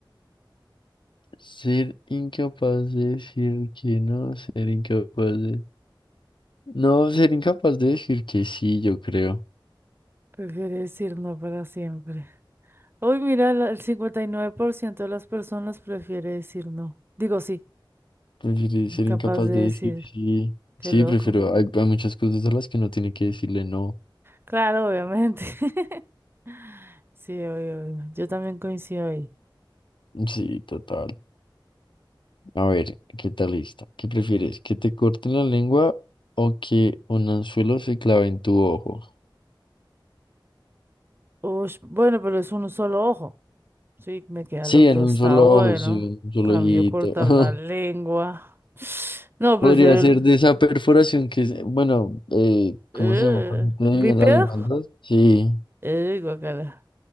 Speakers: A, on the left; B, on the right.
A: Ser incapaz de decir que no, ser incapaz de... No, ser incapaz de decir que sí, yo creo.
B: Prefiere decir no para siempre. Hoy mira, la- el 59% de las personas prefiere decir no. Digo sí,
A: Prefiero
B: incapaz
A: ser incapaz
B: de
A: de
B: decir.
A: decir sí.
B: Qué
A: Sí,
B: loco.
A: prefiero. Hay, hay muchas cosas a las que no tiene que decirle no.
B: Claro, obviamente. <laughs> Sí, obvio, obvio. Yo también coincido ahí.
A: Sí, total. A ver, ¿qué tal lista? ¿Qué prefieres? ¿Que te corten la lengua o que un anzuelo se clave en tu ojo?
B: Ush, bueno, pero es un solo ojo. Sí, me queda
A: Sí,
B: el otro,
A: en
B: está
A: un solo
B: bueno.
A: ojo, sí, en un solo
B: Cambio
A: ojito.
B: cortar
A: <laughs>
B: la lengua. <sniffs> No, prefiero
A: Podría ser
B: el...
A: de esa perforación que es, bueno, eh, ¿cómo
B: eh,
A: se llama? Cuando te dividen
B: ¿bípedo?
A: la lengua en dos. Sí.
B: Eh, guacala.